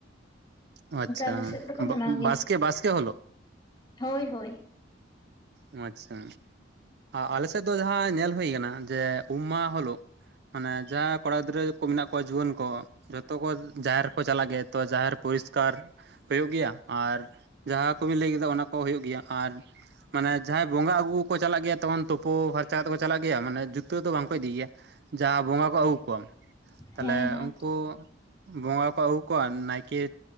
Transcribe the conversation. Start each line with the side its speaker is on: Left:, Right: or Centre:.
Right: ᱚ ᱟᱪᱪᱷᱟ,
Left: ᱟᱞᱮ ᱥᱮᱫ ᱫᱚᱠᱚ ᱢᱟᱱᱟᱣ ᱜᱮᱭᱟ
Right: ᱵᱟᱥᱠᱮ ᱵᱟᱥᱠᱮ ᱦᱳᱞᱳᱜ
Left: ᱦᱳᱭ ᱦᱳᱭ᱾
Right: ᱚ ᱟᱪᱪᱷᱟ, ᱟᱞᱮ ᱥᱮᱫ ᱫᱚ ᱡᱟᱦᱟᱸ ᱧᱮᱞ ᱦᱩᱭ ᱠᱟᱱᱟ ᱡᱮ ᱩᱢ ᱢᱟᱦᱟ ᱦᱳᱞᱳᱜ ᱢᱟᱱᱮ ᱡᱟᱦᱟᱸᱭ ᱠᱚᱲᱟ ᱜᱤᱫᱽᱨᱟᱹ ᱠᱚ ᱢᱮᱱᱟᱜ ᱠᱚᱣᱟ ᱡᱩᱣᱟᱹᱱ ᱠᱚ ᱡᱚᱛᱚ ᱠᱚ ᱡᱟᱦᱮᱨ ᱠᱚ ᱪᱟᱞᱟᱜ ᱜᱮᱭᱟ ᱛᱚ ᱡᱟᱦᱮᱨ ᱯᱚᱨᱤᱥᱠᱟᱨ ᱦᱳᱭᱳᱜ ᱜᱮᱭᱟ ᱟᱨ ᱡᱟᱦᱟᱸ ᱠᱚᱵᱤᱱ ᱞᱟᱹᱭ ᱠᱮᱫᱟ ᱚᱱᱟ ᱠᱚ ᱦᱳᱭᱳᱜ ᱜᱮᱭᱟ ᱟᱨ ᱢᱟᱱᱮ ᱡᱟᱦᱟᱸᱭ ᱵᱚᱸᱜᱟ ᱟᱹᱜᱩ ᱠᱚ ᱪᱟᱞᱟᱜ ᱜᱮᱭᱟ ᱛᱚᱠᱷᱚᱱ ᱛᱩᱯᱩ ᱯᱷᱟᱨᱪᱟ ᱠᱟᱛᱮ ᱠᱚ ᱪᱟᱞᱟᱜ ᱜᱮᱭᱟ ᱢᱟᱱᱮ ᱡᱩᱛᱟᱹ ᱫᱚ ᱵᱟᱝᱠᱚ ᱤᱫᱤ ᱜᱮᱭᱟ᱾ ᱡᱟᱦᱟᱸ ᱵᱚᱸᱜᱟ ᱠᱚ ᱟᱹᱜᱩ ᱠᱚᱣᱟ᱾ ᱛᱟᱦᱮᱞᱮ
Left: ᱦᱮᱸ ᱦᱮᱸ
Right: ᱩᱱᱠᱩ ᱵᱚᱸᱜᱟ ᱠᱚ ᱟᱹᱜᱩ ᱠᱚᱣᱟ ᱱᱟᱭᱠᱮ